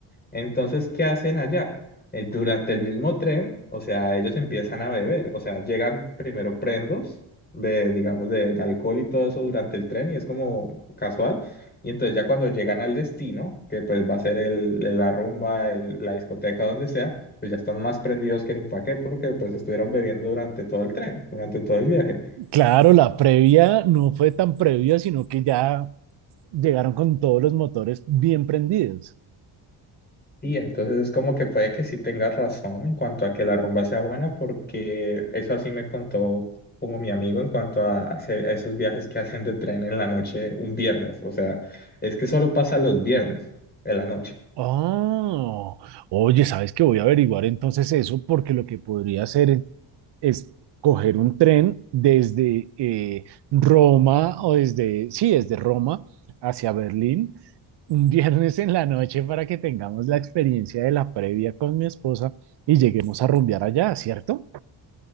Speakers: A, on the left; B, on the right.
A: Entonces, ¿qué hacen allá? Eh, durante el mismo tren, o sea, ellos empiezan a beber, o sea, llegan primero prendos de, digamos, de, de alcohol y todo eso durante el tren y es como casual. Y entonces ya cuando llegan al destino, que pues va a ser el, el- la rumba, el- la discoteca, donde sea, pues ya están más prendidos que ni pa' qué, porque pues estuvieron bebiendo durante todo el tren, durante todo el viaje.
B: Claro, la previa no fue tan previa, sino que ya llegaron con todos los motores bien prendidos.
A: Sí, entonces es como que puede que sí tengas razón en cuanto a que la rumba sea buena, porque eso así me contó como mi amigo en cuanto a, ese- a esos viajes que <laughs> hacen de tren en la noche un viernes. O sea, es que solo pasa los viernes en la noche.
B: Oh, oye, ¿sabes qué? Voy a averiguar entonces eso, porque lo que podría hacer es coger un tren desde eh, Roma o desde, sí, desde Roma hacia Berlín un viernes en la noche para que tengamos la experiencia de la previa con mi esposa y lleguemos a rumbear allá, ¿cierto?